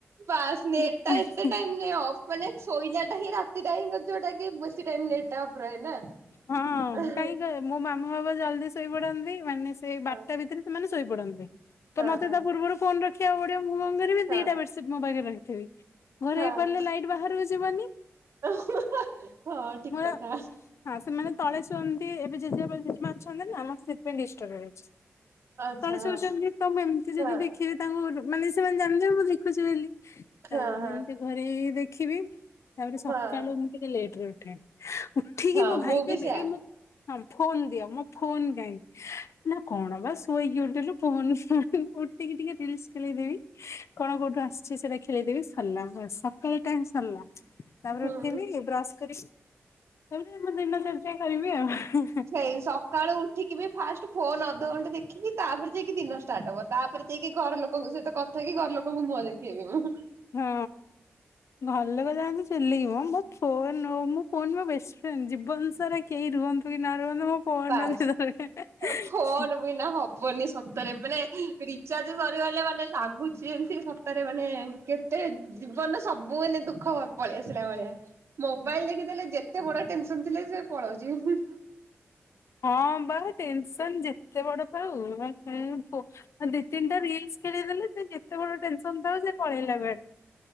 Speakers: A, on the right; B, on the left.
A: ବାସ୍ ନେଟତା
B: ମୁଁ
A: ଏତେ ଟାଇମ ଅଫ ମାନେ ଶୋଇଲା ଟା ହିଁ ରାତିଟା ହିଁ ଯୋଉଟା କି ବେଶି ଟାଇମ ନେ ଡାଟା ଅଫ ରହେନା
B: ହଁ
A: ଏହେ
B: କାହିଁକି କହ ମୋ ମାମା ବାଵା ଜଲଦି ଶୋଇ ପଡନ୍ତି ମାନେ ସେଇ ବାରଟା
A: ହଁ
B: ଭିତରେ ସେମାନେ ଶୋଇପଡନ୍ତି। ତ
A: ହଁ
B: ମତେ ତା ପୂର୍ବରୁ ଫୋନ ରଖିବାକୁ ପଡିବ ମୁଁ କଣ କରିବି
A: ହଁ
B: ଦିଟା ବେଡସିଟ୍ ମୋ ପାଖରେ ରଖିଥିବି। ଘରେଇ
A: ହଁ।
B: ପରିଲେ ଲାଇଟ୍ ବାହାରକୁ ଯିବନି।
A: <unintelligible> ଠିକ
B: <unintelligible>
A: କଥା।
B: ହଁ ସେମାନେ ତଳେ ଅଛନ୍ତି ଏବେ ଜେଜେବାପା ଜେଜେମା ଅଛନ୍ତି ନା ମତେ ସେଥିପାଇଁ ଡିଷ୍ଟର୍ବ ହେଇ ଯାଉଛି।
A: ଆଚ୍ଛା
B: ତଳେ ଶଉଛନ୍ତି ତ ଏମତି ଯଦି
A: ହଁ
B: ଦେଖି <unintelligible>
A: ହଁ ହଁ
B: ଘରେ ଦେଖିବି, ତାପରେ ସକାଳୁ
A: ହଁ।
B: ମୁଁ ଟିକେ ଲେଟରେ ଉଠେ। ଉଠିକି
A: ହଁ
B: ମୋ
A: ମୁଁ
B: ଭାଇ କହିବେ,
A: ବି ସେୟା।
B: ଏ ମୁଁ ହଁ ଫୋନ ଦିଅ ମୋ ଫୋନ ଦେ। <unintelligible> କଣ ବା ସ ଶୋଇକି ଉଠିଲୁ ଫୋନ ଉଠିକି ଟିକେ ରିଲସ ଖେଳେଇଦେବି। କଣ କୋଉଠୁ ଆସିଛି ସେଇଟା ଖେଳେଇଦେବି ସରିଲା, ସକାଳ ଟାସ୍କ ସରିଲା। ତାପରେ
A: ହୁଁ।
B: ଉଠିବି ବ୍ରଶ କରିବି, ତାପରେ ମୁଁ ଦିନ ଚର୍ଯା କରିବି ଆଉ।
A: ଏଇ ସକାଳୁ ଉଠିକି ବି ଫାଷ୍ଟ ଫୋନ ଅଧଘଣ୍ଟା ଦେଖିବି, ତାପରେ ଯାଇକି ଦିନ ଷ୍ଟାର୍ଟ ହବ। ତାପରେ ଯାଇକି ଘର ଲୋକଙ୍କ ସହିତ କଥାକି ଘର ଲୋକଙ୍କୁ ମୁହଁ ଦେଖେଇବି ମୁଁ।
B: ହଁ ଘର ଲୋକ ଯାଆନ୍ତୁ ଚୁଲିକି ମ। <unintelligible> ମୋ ଫୋନ ମୋ ବେଷ୍ଟ ଫ୍ରେଣ୍ଡ, ଜୀବନ ସାରା କେହି ରୁହନ୍ତୁ କି ନ ରୁହନ୍ତୁ ମୋ ଫୋନ
A: ବାସ୍। ଫୋନ
B: <unintelligible>
A: ବିନା ହବନି ସତରେ ମାନେ ରିଚାର୍ଜ ସରିଗଲେ ମାନେ ଲାଗୁଛି ଏମତି ସତରେ ମାନେ କେ ଟେ ଜୀବନରେ ସବୁ ମାନେ ଦୁଃଖ ପଳେଇ ଆସିଲା ଭଳିଆ। ମୋବାଇଲ ଦେଖିଦେଲେ ଯେତେ ବଡ ଟେନସନ ଥିଲେ ସେ ପଳଉଛି।
B: ହଁ ବା ଟେନସନ ଯେତେ ବଡ ଥାଉ, <unintelligible> ଦି ତିନିଟା ରିଲସ ଖେଳିଦେଲେ ସେ ଯେତେ ବଡ ଟେନସନ ଥାଉ ସେ ପଳେଇଲା କୁଆଡେ।